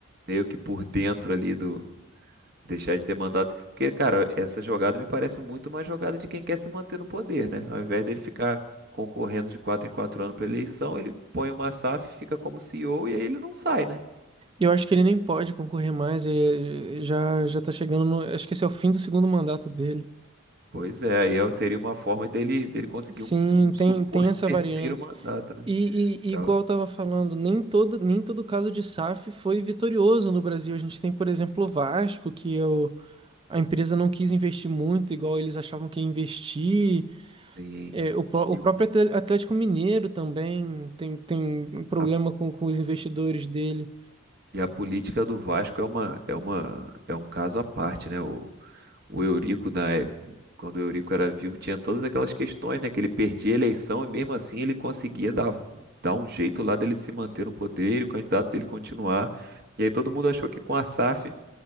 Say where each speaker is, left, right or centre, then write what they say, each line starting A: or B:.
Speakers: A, on the right; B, on the right.
A: meio que por dentro ali do deixar de ter mandato. Porque, cara, essa jogada me parece muito uma jogada de quem quer se manter no poder, né? Ao invés dele ficar concorrendo de quatro em quatro anos para eleição, ele põe uma SAF, fica como CEO e O e aí ele não sai, né?
B: Eu acho que ele nem pode concorrer mais. Ele já, já tá chegando no. Acho que esse é o fim do segundo mandato dele.
A: Pois é, aí eu- seria uma forma dele, dele conseguir
B: Sim,
A: um, um
B: tem,
A: suposto
B: tem essa
A: terceiro
B: variância.
A: mandato, né?
B: E, e-
A: Então,
B: e igual eu tava falando, nem todo, nem todo caso de SAF foi vitorioso no Brasil. A gente tem, por exemplo, o Vasco, que é o A empresa não quis investir muito, igual eles achavam que ia investir.
A: sim.
B: É, o, pró- o
A: E,
B: próprio
A: o-
B: Atle- Atlético Mineiro também tem, tem um problema
A: a,
B: com, com os investidores dele.
A: e a política do Vasco é uma, é uma, é um caso à parte, né? O, O Eurico, na época, quando o Eurico era vivo, tinha todas aquelas questões, né? Que ele perdia a eleição e mesmo assim ele conseguia dar, dar um jeito lá dele se manter no poder e o candidato dele continuar. E aí todo mundo achou que com a SAF